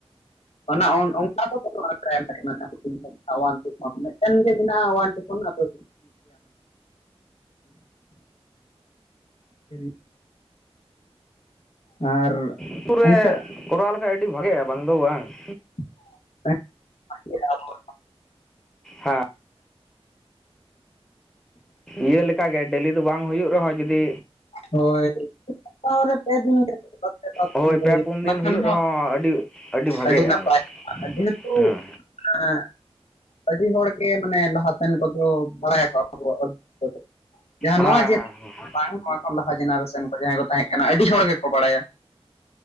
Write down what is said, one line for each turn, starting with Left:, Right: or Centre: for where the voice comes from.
Left: ᱚᱱᱟ ᱚᱱ ᱚᱱᱠᱟ ᱫᱚ ᱵᱟᱹᱱᱩᱜ-ᱟ ᱯᱨᱟᱭᱢᱟᱨᱤ ᱢᱟᱱᱮ ᱦᱩᱰᱤᱧ ᱳᱣᱟᱱ ᱴᱩ ᱠᱷᱚᱱ ᱢᱤᱫᱴᱮᱱ ᱜᱮ ᱢᱮᱱᱟᱜᱼᱟ ᱳᱣᱟᱱ ᱴᱩ ᱠᱷᱚᱱ ᱟᱫᱚ, <unintelligible> ᱟᱨ,
Centre: ᱟᱛᱩ ᱨᱮ
Left: ᱚᱱᱠᱟ
Centre: ᱠᱚᱨᱟᱣ ᱞᱮᱠᱷᱟᱡ ᱟᱹᱰᱤ ᱵᱷᱟᱜᱮᱼᱟ ᱵᱟᱝ ᱫᱚ ᱵᱟᱝ ᱾
Left: <unintelligible>
Centre: ᱦᱮᱸ ᱤᱭᱟᱹ ᱞᱮᱠᱟᱜᱮ ᱰᱮᱞᱤ ᱫᱚ ᱵᱟᱝ ᱦᱩᱭᱩᱜ ᱨᱮᱦᱚᱸ ᱡᱩᱫᱤ,
Left: ᱦᱳᱭ ᱥᱩᱯᱛᱟᱨᱮ ᱯᱮ ᱫᱤᱱ ᱠᱟᱛᱮᱜ
Centre: ᱳᱭ ᱯᱮ
Left: <unintelligible>
Centre: ᱯᱩᱱ
Left: ᱚᱱᱟ
Centre: ᱫᱤᱱ
Left: ᱠᱷᱟᱱ
Centre: ᱦᱩᱭᱩᱜ
Left: ᱦᱚᱸ
Centre: ᱨᱮᱦᱚᱸ ᱟᱹᱰᱤ ᱵᱷᱟᱜᱮᱜᱼᱟ
Left: ᱟᱹᱰᱤ ᱱᱟᱯᱟᱭ
Centre: ᱚᱱᱟ
Left: ᱡᱮᱦᱮᱛᱩ, <unintelligible>
Centre: ᱦᱮᱸ
Left: ᱟᱹᱰᱤ ᱦᱚᱲ ᱜᱮ ᱢᱟᱱᱮ ᱞᱟᱦᱟ ᱛᱮᱱ ᱠᱚᱫᱚ ᱵᱟᱲᱟᱭ ᱟᱠᱚ ᱟᱵᱚᱭᱟᱜ ᱚᱞᱪᱤᱠᱤ ᱠᱚᱫᱚ ᱾ ᱡᱟᱦᱟᱸ ᱱᱚᱣᱟ
Centre: ᱦᱮᱸ ᱦᱮᱸ
Left: <inaudible> ᱵᱟᱝ ᱱᱚᱣᱟ ᱠᱷᱚᱱ ᱞᱟᱦᱟ ᱡᱮᱱᱟᱨᱮᱥᱮᱱ ᱠᱚ ᱡᱟᱦᱟᱸᱭ ᱠᱚ ᱛᱟᱦᱮᱸ ᱠᱟᱱᱟ ᱟᱹᱰᱤ ᱦᱚᱲ ᱜᱮᱠᱚ ᱵᱟᱲᱟᱭᱟ ᱾